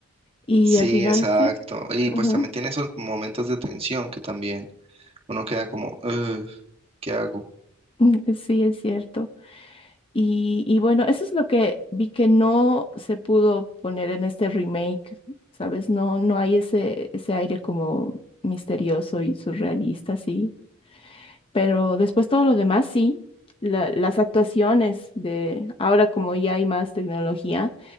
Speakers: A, on the left; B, on the right.
A: Y
B: Sí,
A: al final
B: exacto,
A: sí.
B: y
A: Ajá.
B: pues también
A: <laughs>
B: tiene esos momentos de tensión que también uno queda como, "Ugh, ¿qué hago?
A: Mm, Sí, es cierto. Y, y bueno, eso es lo que vi que no se pudo poner en este remake, ¿sabes? No, no hay ese, ese aire como misterioso y surrealista, sí. Pero después todo lo demás, sí. La- las actuaciones de ahora como ya hay más tecnología,